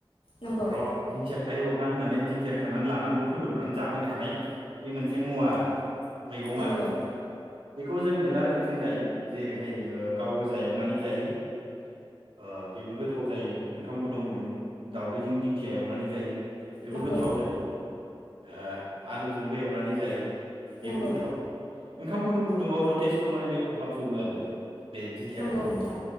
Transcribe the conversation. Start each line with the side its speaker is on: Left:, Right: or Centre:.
Left: नंगौ
Right: र' दिंखिया खाहैब्रबनां होननानै दिंखिया खानानै लानानैबो फैब्रबनानै जाफैनो हानाय बे मोनसे मुवा आरो मैगं
Left: नंगौ
Right: आरो जेनेबा बेखौ जों मेरला रोखोम जों जायो जेरैहाय गाव गोजा एवनानै जायो ओ बेबो गोथाव जायो ओंखाम गुदुं गुदुं दावदैजों दिंखिया एवनानै जायो बेबो
Left: नंगौ
Right: गोथाव जायो ओ आलुजोंबो एवनानै जायो बेबो
Left: नंगौ
Right: गोथाव ओंखाम गुदुं गुदुंङाव जथेस्थ' माने बे खहाब जोबो आरो बे दिंखियाखौ
Left: नंगौ
Right: जों
Left: नोंथां